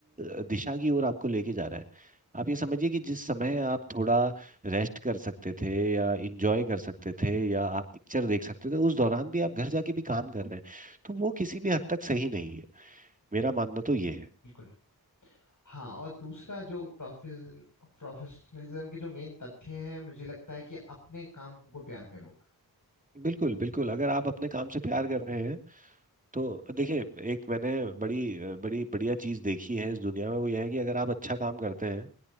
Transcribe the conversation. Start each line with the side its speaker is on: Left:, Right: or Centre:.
Right: अ, दिशा की ओर आपको लेके जा रहा है आप ये समझिए कि जिस समय आप थोड़ा रेस्ट कर सकते थे या इंजॉय कर सकते थे या आप पिक्चर देख सकते थे उस दौरान भी आप घर जाके भी काम कर रहे हैं तो वो किसी भी हद तक सही नहीं है मेरा मानना तो ये है
Left: बिल्कुल हाँ और दूसरा जो प्रोफेशन प्रोफेशनलिज्म के जो मेन तथ्य हैं मुझे लगता है कि अपने काम को प्यार करो
Right: बिल्कुल बिल्कुल अगर आप अपने काम से प्यार कर रहे हैं तो देखिए एक मैंने बड़ी अ, बड़ी बढ़िया चीज़ देखी है इस दुनिया में वो यह है कि अगर आप अच्छा काम करते हैं